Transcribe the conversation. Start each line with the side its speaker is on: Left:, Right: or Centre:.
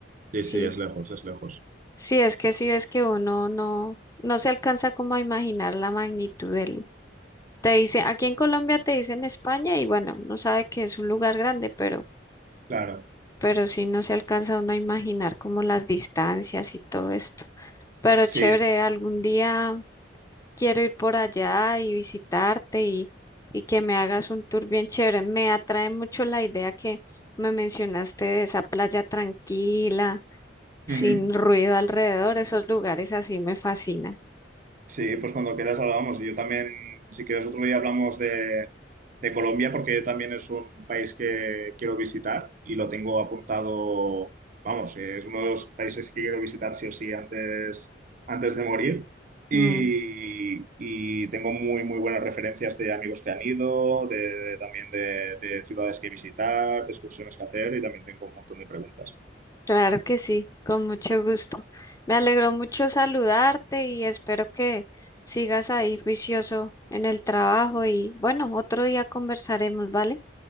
Right: Sí,
Left: sí.
Right: sí, es lejos, es lejos.
Left: Sí, es que sí, es que uno no, no se alcanza como a imaginar la magnitud del. Te dice, aquí en Colombia te dicen España y bueno, no sabe que es un lugar grande, pero
Right: Claro.
Left: pero sí no
Right: Sí,
Left: se
Right: sí.
Left: alcanza uno a imaginar como las distancias y todo esto. Pero
Right: Sí.
Left: chévere, algún día quiero ir por allá y visitarte y, y que me hagas un tour bien chévere. Me atrae mucho la idea que me mencionaste de esa playa tranquila, sin
Right: Ujú.
Left: ruido alrededor, esos lugares así me fascinan.
Right: Sí, pues cuando quieras hablamos. Y yo también, si quieres, otro día hablamos de, de Colombia, porque también es un país que quiero visitar y lo tengo apuntado, vamos, es uno de los países que quiero visitar sí o sí antes, antes de morir. Y,
Left: Mm.
Right: y tengo muy, muy buenas referencias de amigos que han ido, de, de- también de, de ciudades que visitar, de excursiones que hacer y también tengo un montón de preguntas.
Left: Claro que sí, con mucho gusto. Me alegró mucho saludarte y espero que sigas ahí juicioso en el trabajo y bueno, otro día conversaremos, ¿vale?